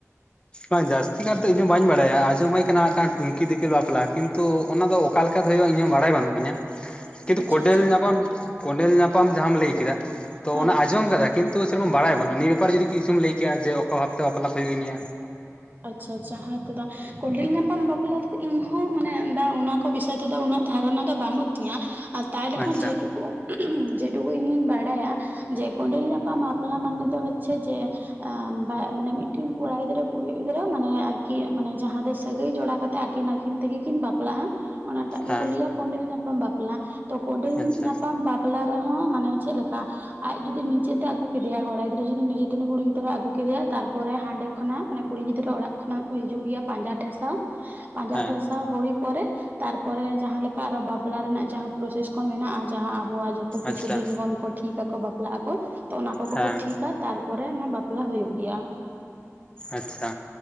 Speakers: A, on the left; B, on the right.
A: ᱵᱟᱝ ᱡᱟᱹᱥᱛᱤ ᱠᱟᱨ ᱫᱚ ᱤᱧ ᱦᱚᱸ ᱵᱟᱹᱧ ᱵᱟᱲᱟᱭᱟ ᱟᱸᱡᱚᱢ ᱦᱩᱭ ᱟᱠᱟᱱᱟ ᱢᱤᱫᱴᱟᱝ ᱴᱩᱝᱠᱤ ᱫᱤᱯᱤᱞ ᱵᱟᱯᱞᱟ ᱠᱤᱱᱛᱩ ᱚᱱᱟ ᱫᱚ ᱚᱠᱟ ᱞᱮᱠᱟ ᱛᱮ ᱦᱩᱭᱩᱜᱼᱟ ᱤᱧ ᱦᱚ ᱵᱟᱲᱟᱭ ᱵᱟᱱᱩᱜ ᱛᱤᱧᱟᱹ
B: <unintelligible>
A: ᱠᱤᱱᱛᱩ ᱠᱚᱸᱰᱮᱞ
B: ᱟᱪᱪᱷᱟ
A: ᱧᱟᱯᱟᱢ ᱠᱚᱸᱰᱮᱞ ᱧᱟᱯᱟᱢ ᱡᱟᱦᱟᱸᱟᱢ ᱞᱟᱹᱭ ᱠᱮᱫᱟ ᱛᱚ
B: ᱦᱮᱸ
A: ᱚᱱᱟ ᱟᱸᱡᱚᱢ ᱟᱠᱟᱫᱟ ᱠᱤᱱᱛᱩ ᱥᱮᱨᱚᱠᱚᱢ ᱵᱟᱲᱟᱭ ᱵᱟᱹᱱᱩᱼᱟ ᱱᱤᱭᱟᱹ ᱵᱮᱯᱟᱨ ᱛᱮ ᱠᱤᱪᱷᱩ ᱞᱟᱹᱭ ᱡᱮ ᱚᱠᱟ ᱵᱷᱟᱛᱮ ᱵᱟᱯᱞᱟ ᱦᱩᱭᱩᱜ ᱜᱮᱭᱟ
B: ᱟᱪᱪᱷᱟ ᱟᱪᱪᱷᱟ ᱦᱮᱸᱛᱚ ᱫᱟ ᱠᱸᱰᱮᱞ ᱧᱟᱯᱟᱢ ᱵᱟᱯᱞᱟ ᱫᱚ ᱤᱧ ᱦᱚᱸ ᱢᱟᱱᱮ ᱫᱟ ᱚᱱᱟ ᱠᱚ ᱵᱤᱥᱚᱭ ᱛᱮᱫᱚ ᱩᱱᱟᱹᱜ ᱫᱷᱟᱨᱚᱱᱟ ᱫᱚ ᱵᱟᱹᱱᱩᱜ ᱛᱤᱧᱟᱹ ᱟᱨ ᱛᱟ ᱨᱮᱦᱚᱸ
A: ᱟᱪᱪᱷᱟ
B: ᱡᱮᱴᱩᱠᱩ <unintelligible> ᱡᱮ ᱴᱩᱠᱩ ᱤᱧ ᱵᱟᱲᱟᱭᱟ ᱡᱮ ᱠᱚᱸᱰᱮᱞ ᱡᱟᱯᱟᱜ ᱢᱟᱯᱞᱟ ᱢᱟᱱᱮ ᱫᱚ ᱦᱚᱪᱪᱷᱮ ᱡᱮ <unintelligible> ᱢᱟᱱᱮ ᱢᱤᱫᱴᱮᱱ ᱠᱚᱲᱟ ᱜᱤᱫᱽᱨᱟᱹ ᱠᱩᱲᱤ ᱜᱤᱫᱽᱨᱟᱹ ᱢᱟᱱᱮ ᱟᱨᱠᱤ ᱢᱟᱱᱮ ᱡᱟᱦᱟᱸ ᱫᱚ ᱥᱟᱹᱜᱟᱹᱭ ᱡᱚᱲᱟ ᱠᱟᱛᱮᱫ ᱟᱹᱠᱤᱱ ᱟᱹᱠᱤᱱ ᱛᱮᱜᱮ ᱠᱤᱱ ᱵᱟᱯᱞᱟᱜᱼᱟ ᱚᱱᱟᱴᱟᱜ ᱜᱮᱠᱚ
A: ᱦᱮᱸ
B: ᱞᱟᱹᱭᱟ ᱠᱚᱸᱰᱮᱞ ᱧᱟᱯᱟᱢ ᱵᱟᱯᱞᱟ ᱛᱚ ᱠᱚᱸᱰᱮᱞ
A: ᱟᱪᱪᱷᱟ
B: ᱧᱟᱯᱟᱢ ᱵᱟᱯ- ᱵᱟᱯᱞᱟ ᱨᱮᱦᱚᱸ ᱢᱟᱱᱮ ᱪᱮᱫ ᱞᱮᱠᱟ ᱟᱡ ᱡᱩᱫᱤ ᱱᱤᱡᱮᱛᱮ ᱟᱹᱜᱩ ᱠᱮᱫᱮᱭᱟ ᱠᱚᱲᱟ ᱜᱤᱫᱽᱨᱟᱹ ᱡᱩᱫᱤ ᱱᱤᱡᱮᱛᱮ ᱩᱱᱤ ᱠᱩᱲᱤ ᱜᱤᱫᱽᱨᱟᱹ ᱟᱹᱜᱩ ᱠᱮᱫᱮᱟᱭ ᱛᱟᱨ ᱞᱚᱨᱮ ᱦᱟᱸᱰᱮ ᱠᱷᱚᱱᱟᱜ ᱢᱟᱱᱮ ᱠᱩᱲᱤ ᱜᱤᱫᱽᱨᱟᱹ ᱚᱲᱟᱜ ᱠᱷᱚᱱᱟᱜ ᱠᱚ ᱦᱤᱡᱩᱜ ᱜᱮᱭᱟ ᱯᱟᱸᱡᱟ ᱴᱷᱮᱥᱟᱣ ᱯᱟᱸᱡᱟ
A: ᱦᱮᱸ
B: ᱴᱷᱮᱥᱟᱣ ᱦᱩᱭ ᱯᱚᱨᱮ ᱛᱟᱨᱯᱚᱨᱮ ᱡᱟᱦᱟᱸ ᱞᱮᱠᱟ ᱟᱨ ᱵᱟᱯᱞᱟ ᱨᱮᱱᱟᱜ ᱡᱟᱦᱟᱸ ᱯᱨᱚᱥᱮᱥ ᱠᱚ ᱢᱮᱱᱟᱜᱼᱟ ᱟᱨ ᱡᱟᱦᱟᱸ ᱟᱵᱚᱣᱟᱜ ᱡᱷᱚᱛᱚ ᱠᱤᱪᱷᱩ
A: ᱟᱪᱪᱷᱟ
B: ᱫᱤᱱᱜᱚᱱ ᱠᱚ ᱴᱷᱤᱠ ᱟᱠᱚ ᱵᱟᱯᱞᱟᱜ ᱟᱠᱚ ᱛᱚ ᱚᱱᱟ ᱠᱚᱠᱚ
A: ᱦᱮᱸ
B: ᱠᱚ ᱴᱷᱤᱠᱟ ᱛᱟᱨᱯᱚᱨᱮ ᱚᱱᱟ ᱵᱟᱯᱞᱟ ᱦᱩᱭᱩᱜ ᱜᱮᱭᱟ᱾
A: ᱟᱪᱷᱟ